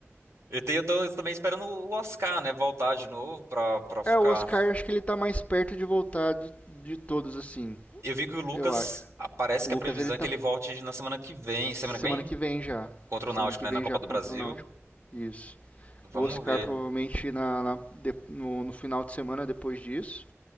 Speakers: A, on the right; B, on the left.
A: Eu tenho- eu tô também esperando o Oscar, né, voltar de novo pra, pra ficar
B: é, o Oscar acho que ele tá mais perto de voltar de, de todos assim,
A: Eu vi que o Lucas,
B: eu acho.
A: ah, parece
B: O
A: que
B: Lucas
A: a previsão
B: ele tá
A: é que ele volte na semana que vem.
B: semana
A: Semana que vem?
B: que vem já.
A: Contra
B: Semana
A: o Náutico,
B: que
A: né?
B: vem
A: Na Copa
B: já
A: do
B: contra
A: Brasil.
B: o Náutico. Isso.
A: Vamos
B: o Oscar
A: ver.
B: provavelmente na, na- de- no, no final de semana depois disso